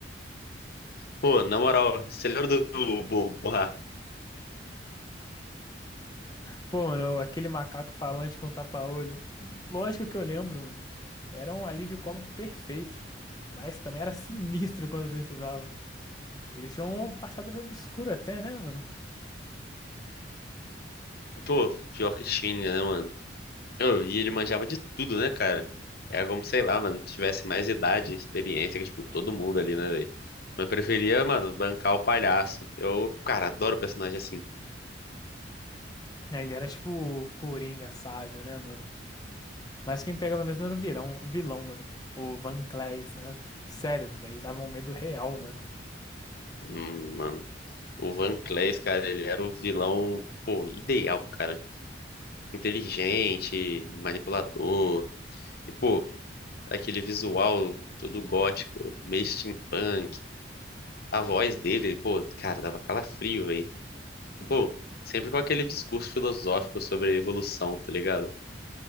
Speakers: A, on the left; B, on the left.
A: Pô, na moral, você lembra do Borra?
B: Pô, mano, aquele macaco falante com tapa-olho. Lógico que eu lembro, mano. Era um alívio cômico perfeito. Mas também era sinistro quando precisava. Ele tinha um passado meio obscuro até, né, mano?
A: Pô, pior que tinha, né, mano? Oh, e ele manjava de tudo, né, cara? Era como, sei lá, mano, tivesse mais idade, experiência, que, tipo, todo mundo ali, né, velho? Mas eu preferia, mano, bancar o palhaço. Eu, cara, adoro personagem assim.
B: É, Ele era tipo o Coringa sábio, né, mano? Mas quem pegava mesmo era o virão, vilão, mano. O Van Claes, né? Sério, ele dava um medo real, mano.
A: Hum, mano. O Van Clays, cara, ele era o vilão, pô, ideal, cara. Inteligente, manipulador. E, pô, aquele visual todo gótico, meio steampunk. A voz dele, pô, cara, dava calafrio, velho. E, Pô, sempre com aquele discurso filosófico sobre evolução, tá ligado?